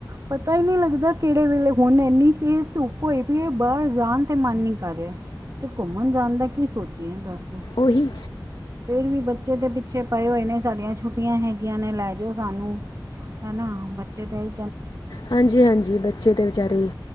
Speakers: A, on the right; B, on the left.
A: ਪਤਾ ਹੀ ਨੀ ਲੱਗਦਾ ਕਿਹੜੇ ਵੇਲੇ ਹੁਣ ਇੰਨੀ ਤੇਜ਼ ਧੁੱਪ ਹੋਈ ਵੀ ਬਾਹਰ ਜਾਣ ਤੇ ਮਨ ਨਹੀਂ ਕਰ ਕਰਿਆ ਤੇ ਘੁੰਮਣ ਜਾਣ ਦਾ ਕੀ ਸੋਚੀਏ ਦੱਸ
B: ਓਹੀ
A: ਫੇਰ ਵੀ ਬੱਚੇ ਦੇ ਪਿੱਛੇ ਪਏ ਹੋਏ ਨੇ ਸਾਡੀਆਂ ਛੁੱਟੀਆਂ ਹੈਗੀਆਂ ਨੇ ਲੈ ਜੋ ਸਾਨੂੰ ਹਨਾ ਬੱਚੇ ਤੇ ਏਹੀ
B: ਹਾਂਜੀ ਹਾਂਜੀ ਬੱਚੇ ਤਾਂ ਵਿਚਾਰੇ